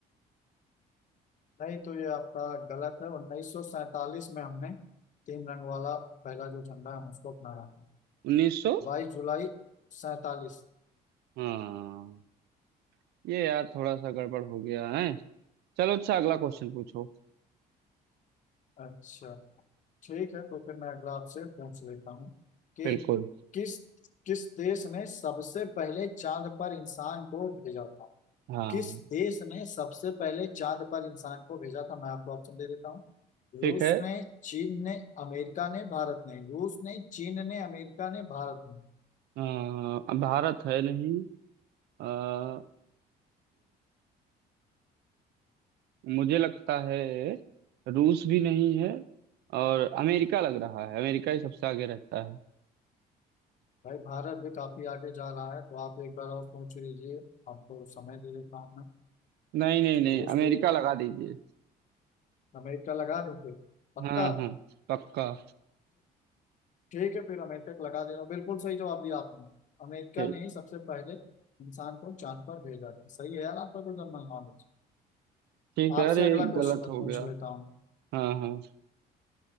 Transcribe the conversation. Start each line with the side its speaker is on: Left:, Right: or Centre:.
Left: नहीं तो ये आपका गलत है उन्नीस सौ सैतालीस में हमने तीन रंग वाला पहला जो झंडा है हम उसको अपनाया
Right: उन्नीस सौ
Left: बाईस जुलाई सैतालीस
Right: हाँ ये यार थोड़ा सा गड़बड़ हो गया है चलो अच्छा अगला क्वेश्चन पूछो
Left: अच्छा ठीक है तो फिर मैं अगला आपसे पूछ लेता हूँ कि
Right: बिल्कुल
Left: किस किस देश ने सबसे पहले चांद पर इंसान को भेजा था
Right: हाँ
Left: किस देश ने सबसे पहले चांद पर इंसान को भेजा था मैं आपको ऑप्शन दे देता हूँ
Right: ठीक
Left: रूस
Right: है
Left: ने चीन ने अमेरिका ने भारत ने रूस ने चीन ने अमेरिका ने भारत ने
Right: अ, भारत है नहीं अ, मुझे लगता है रूस भी नहीं है और अमेरिका लग रहा है अमेरिका ही सबसे आगे रहता है
Left: भाई भारत भी काफी आगे जा रहा है तो आप एक बार और पूछ लीजिए आपको समय दे देता हूँ मैं
Right: नहीं नहीं नहीं
Left: रूस
Right: अमेरिका
Left: भी
Right: लगा दीजिए
Left: अमेरिका लगा दूं फिर पक्का
Right: हाँ हाँ पक्का
Left: ठीक है फिर अमेरिका को लगा देना बिल्कुल सही जवाब दिया आपने अमेरिका
Right: ठीक
Left: ने ही सबसे पहले इंसान को चांद पर भेजा था सही है यार आपका तो जनरल नॉलेज
Right: ठीक
Left: आपसे
Right: है अरे
Left: अगला क्वेश्चन
Right: गलत
Left: मैं
Right: हो
Left: पूछ
Right: गया
Left: लेता हूँ
Right: हाँ हाँ